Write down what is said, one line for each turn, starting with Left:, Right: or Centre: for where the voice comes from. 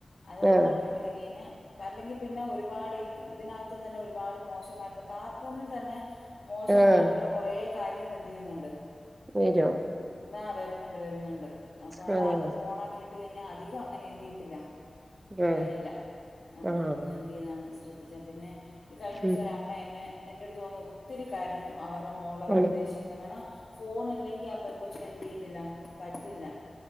Left: അത്
Right: ആഹ്
Left: ഓണാക്കിയിട്ട് കഴിഞ്ഞാൽ അല്ലെങ്കിൽ പിന്നെ ഒരുപാട് ഈ ഇതിനകത്തും തന്നെ ഒരുപാട് മോശമായിട്ടുള്ള കാർട്ടൂണിൽ തന്നെ മോശമായിട്ടുള്ള
Right: ആഹ്
Left: കുറേ കാര്യങ്ങൾ എന്ത് ചെയ്യുന്നുണ്ട്
Right: വരുന്നോ
Left: ആ വരുന്നുണ്ട് വരുന്നുണ്ട്. അപ്പൊ അത
Right: ആഹ്
Left: അത് ഓണ ആക്കി ഇട്ട് കഴിഞ്ഞാൽ അധികം അങ്ങനെ എന്ട്രി ചെയ്യത്തില്ല
Right: ആഹ്
Left: വരില്ല അതൊക്കെ
Right: ആഹ്
Left: ഒന്ന് എന്ട്രി ചെയ്താൽ മതി ശ്രദ്ധിച്ചാൽ പിന്നെ ഈ കഴിഞ്ഞ ദിവസം
Right: ഉം
Left: ഒര അമ്മ എന്നെ എൻ്റെ അടുത്ത് വന്ന് ഒത്തിരി കാര്യങ്ങൾ അവരുടെ മോളെ
Right: ആണ്
Left: ഉപദേശിക്കുന്നു കാരണം ഫോൺ അല്ലെങ്കിൽ ആ പെൺങ്കൊച്ചിന് എന്ട്രി ചെയ്യതില്ല പറ്റില്ല